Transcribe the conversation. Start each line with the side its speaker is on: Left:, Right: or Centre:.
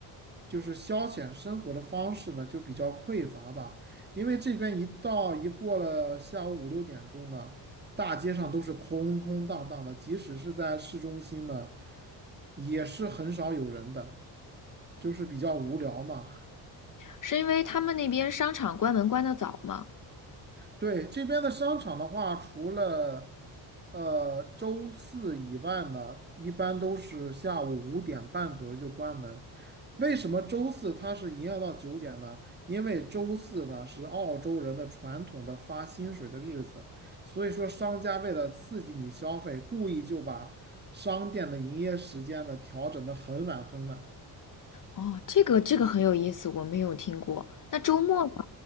Right: 就是消遣生活的方式呢，就比较匮乏吧。因为这边一到一过了下午五六点钟呢，大街上都是空空荡荡的，即使是在市中心呢，也是很少有人的，就是比较无聊嘛。
Left: 是因为他们那边商场关门关得早吗？
Right: 对，这边的商场的话，除了呃周四以外呢，一般都是下午五点半左右就关门。为什么周四它是营业到九点呢？因为周四呢是澳洲人的传统的发薪水的日子，所以说商家为了刺激你消费，故意就把商店的营业时间呢调整的很晚很晚。
Left: 哦，这个这个很有意思，我没有听过。那周末呢？